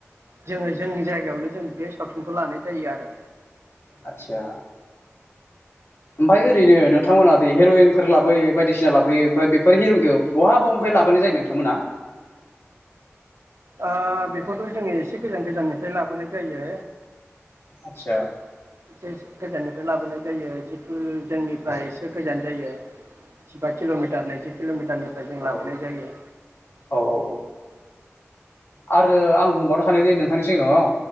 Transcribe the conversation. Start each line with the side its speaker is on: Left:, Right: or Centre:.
Right: जोंङो जोंनि जायगायावनो जों बे सावथुनखौ लानाय जायो आरो
Left: आदसा ओफायो ओरैनो नोंथांमोनादि हिरइनफोर लाबोयो बायदिसिना लाफैयो ओमफाय हिरइनखो बहा बहानिफ्राय लाबोनाय जायो नोंथांमोना?
Right: ओ बेखौथ‌' जोंङो एसे गोजान गोजाननिफ्राय लाबोनाय जायो
Left: आदसा
Right: एसेसो गोजाननिफ्राय लाबोनाय जायो जितु जोंनिफ्राय एसे गोजान जायो जिबा किलमिटार नैजि किलमिटारनि फाय
Left: औ
Right: लाबोनाय जायो
Left: औ औ औ आरो आं बुंबावनो हानायदि नों थांनि सिगाङाव